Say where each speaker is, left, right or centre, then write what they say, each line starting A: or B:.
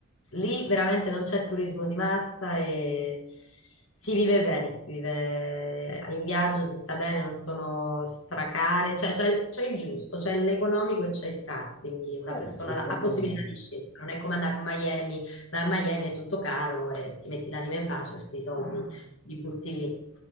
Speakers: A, on the left; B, on the left.
A: lì veramente non c'è turismo di massa e si vive bene, si vive in viaggio, si sta bene, non sono stracare, cioè c'è c'è il giusto, c'è l'economico e c'è il caro, quindi una
B: Vabbè,
A: persona
B: ci siamo...
A: la- ha possibilità di scelta, non è come andare a Miami, ma a Miami è tutto caro e ti metti l'anima in pace perché i soldi li butti lì.